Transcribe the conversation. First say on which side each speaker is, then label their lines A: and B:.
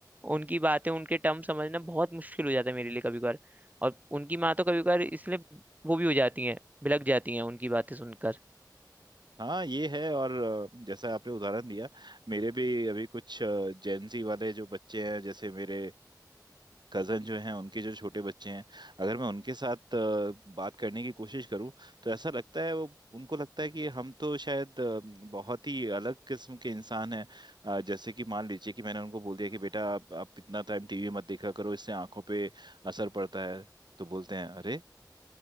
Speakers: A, on the right (about 20°); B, on the right (about 80°).
A: उनकी बातें उनके टर्म समझना बहुत मुश्किल हो जाता है मेरे लिए कभी कभार और उनकी माँ तो कभी कभार इसलिए वो भी हो जाती हैं भिलक जाती हैं उनकी बातें सुनकर
B: हाँ ये है और अ, जैसा आपने उदाहरण दिया मेरे भी अभी कुछ जेनजी वाले जो बच्चे हैं जैसे मेरे कजन जो हैं उनके जो छोटे बच्चे हैं अगर मैं उनके साथ अ, बात करने की कोशिश करूं तो ऐसा लगता है वो उनको लगता है कि हम तो शायद अ, बहुत ही अलग किस्म के इंसान हैं अ, जैसे कि मान लीजिए कि मैंने उनको बोल दिया कि बेटा आप, आप इतना टाइम टीवी मत देखा करो इससे आंखों पे असर पड़ता है तो बोलते हैं अरे